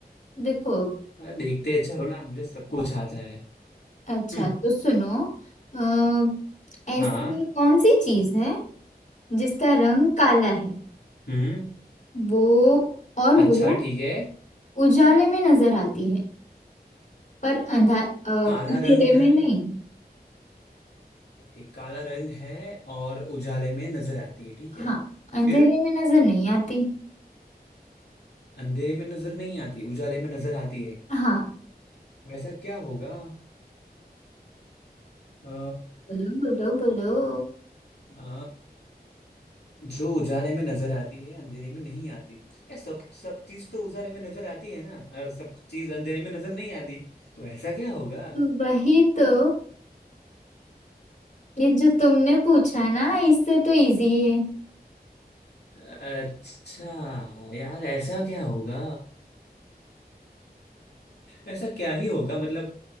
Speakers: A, on the left; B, on the left.
A: देखो
B: आ, देखते हैं चलो ना मुझे सब कुछ आता है
A: अच्छा
B: हम्म
A: तो सुनो अ, ऐसी
B: हाँ
A: कौन सी चीज है जिसका रंग काला है
B: हम्म
A: वो और वो
B: अच्छा ठीक है
A: उजाले में नजर आती है पर अंधा अ, अंधेरे
B: काला रंग है
A: में नहीं
B: ओके काला रंग है और उजाले में नजर आती है ठीक
A: हाँ
B: है
A: अंधेरे
B: फिर
A: में नजर नहीं आती
B: अंधेरे में नजर नहीं आती उजाले में नजर आती है
A: हाँ
B: वैसा क्या होगा अ,
A: बोलो बोलो बोलो
B: आ, जो उजाले में नजर आती है अंधेरे में नहीं आती ये सब सब चीज तो उजाले में नजर आती है ना और सब चीज अंधेरे में नजर नहीं आती तो ऐसा क्या होगा
A: तो वही तो ये जो तुमने पूछा ना इससे तो इजी है
B: <laughs> अच्छा यार ऐसा क्या होगा ऐसा क्या ही होगा मतलब